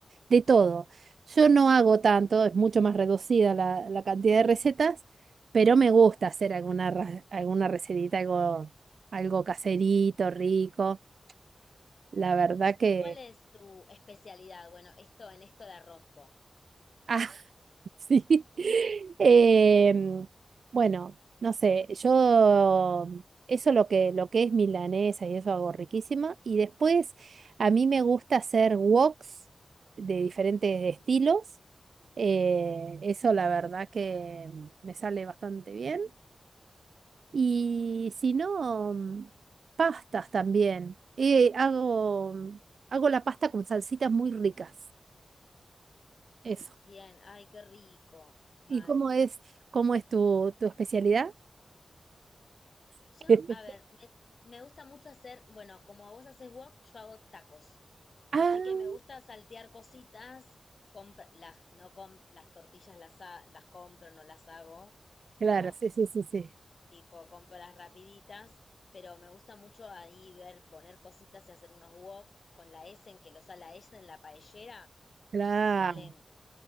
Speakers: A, on the right; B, on the left.
A: de todo. Yo no hago tanto, es mucho más reducida la, la cantidad de recetas, pero me gusta hacer alguna, ra- alguna recetita, algo, algo caserito, rico. La verdad que...
B: ¿Y cuál es tu especialidad? Bueno, esto en esto la rompo.
A: <laughs> Sí. <laughs> Em, bueno, no sé, yo eso lo que, lo que es milanesa y eso hago riquísima. Y después a mí me gusta hacer woks de diferentes estilos. Eh, eso la verdad que me sale bastante bien. Y si no, mm, pastas también. Eh, hago, hago la pasta con salsitas muy ricas. Eso.
B: Bien, ay, qué rico. Mal.
A: ¿Y cómo es, cómo es tu, tu especialidad?
B: Yo,
A: <laughs>
B: a ver, me, me gusta mucho hacer, bueno, como vos haces wok, yo hago tacos. Así
A: Ah,
B: que me gusta saltear cositas, comp- las, no com- las tortillas las, ha- las compro, no las hago, ¿no?
A: claro, sí, sí, sí, sí.
B: Tipo, compro las rapiditas, pero me gusta mucho ahí ver, poner cositas y hacer unos wok con la S en que los a la S en la paellera,
A: Claro,
B: salen